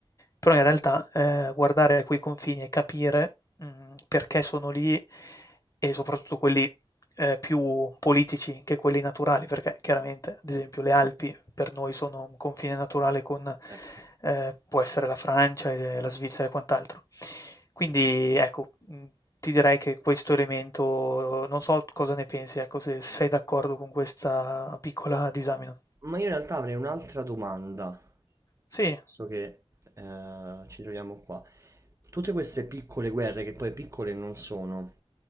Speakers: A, on the left; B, on the right.
A: però in realtà, ehm, guardare quei confini e capire, mhmm, perché sono lì e soprattutto quelli, ehm, più politici che quelli naturali, perché chiaramente, ad esempio, le Alpi per noi sono un confine naturale con,
B: Certo.
A: ehm, può essere la Francia e la Svizzera e quant'altro. Quindi ecco, mhmm, ti direi che questo elemento non so cosa ne pensi, ecco, se sei d'accordo con questa piccola disamina.
B: Ma io in realtà avrei un'altra domanda,
A: Sì,
B: visto che eh, ci troviamo qua. Tutte queste piccole guerre, che poi piccole non sono,